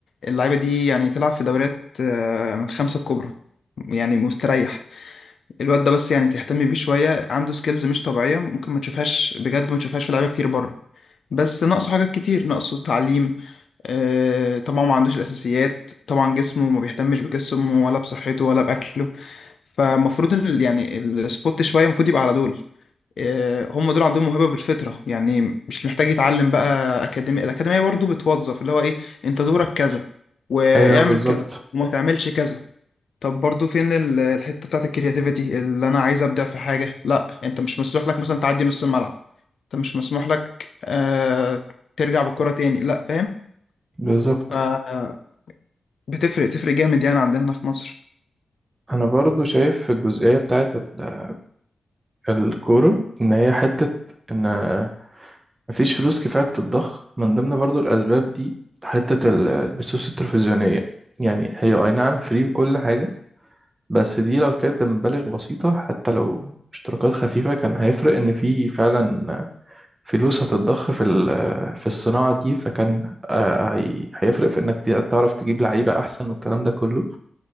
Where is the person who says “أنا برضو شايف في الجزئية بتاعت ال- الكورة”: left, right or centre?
Right